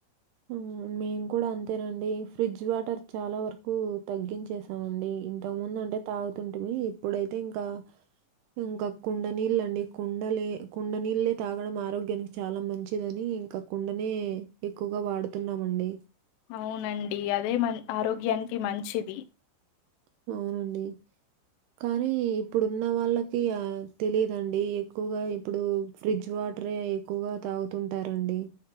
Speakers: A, on the right (about 80°); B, on the left (about 75°).
A: ఉ మేము కూడా అంతేనండి ఫ్రిడ్జ్ వాటర్ చాలా వరకు తగ్గించేసామండి. ఇంతకా ముందు అంటే తాగుతుంటిమి ఇప్పుడైతే ఇంకా ఇంకా కుండ నీళ్ళండి కుండలే కుండ నీళ్లే తాగడం ఆరోగ్యానికి చాలా మంచిదని ఇంకా కుండానే ఎక్కువగా వాడుతున్నమండి
B: అవునండి అదే మన్ ఆరోగ్యానికి మంచిది
A: వునండి కానీ ఇప్పుడున్న వాళ్ళకి ఆ తెలిదండి ఎక్కువగా ఇప్పుడు ఫ్రిడ్జ్ వాటరే ఎక్కువగా తాగుతుంటారండి